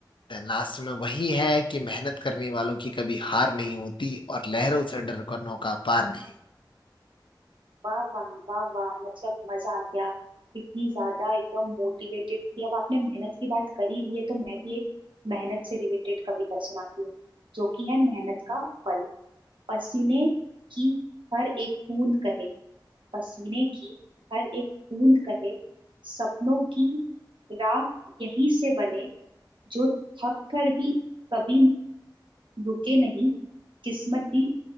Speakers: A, on the left (about 85°); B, on the right (about 80°).
A: लास्ट में वही है कि मेहनत करने वालों की कभी हार नहीं होती और लहरों से डर कर नौका पार नहीं
B: वाह वाह वाह वाह मतलब मजा आ गया इतनी ज्यादा एकदम मोटिवेटेड थी अब आपने मेहनत की बात करी दी है तो मैं भी एक मेहनत से रिलेटेड कविता सुनाती हूँ जो कि है मेहनत का फल पसीने की हर एक बूंद कहे पसीने की हर एक बूंद कहे सपनों की राह यहीं से बने जो थक कर भी कभी रुके नहीं किस्मत भी